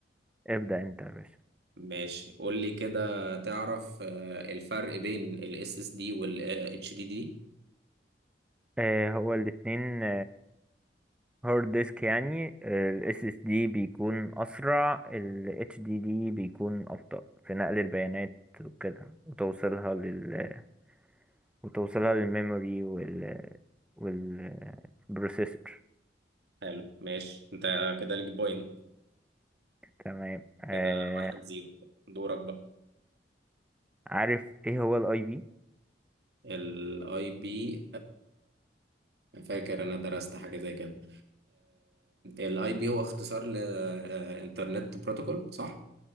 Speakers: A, in the centre; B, on the right (about 65°).
A: ابدأ انت يا باشا
B: ماشي قول لي كده تعرف أه، الفرق بين الاس اس إس دي والاتش دي دي
A: آه هو الاتنين هارد ديسك يعني الاس اس دي بيكون اسرع ال اتش دي دي بيكون ابطأ في نقل البيانات وكده وتوصيلها لل وتوصيلها للميموري وال والبروسيسور
B: حلو ماشي انت كده ليك بوينت
A: تمام آه
B: كده واحد زيرو دورك بقى
A: عارف ايه هو الاي بي
B: الاي بي فاكر انا درست حاجه زي كده الاي بي هو اختصار لانترنت بروتوكول صح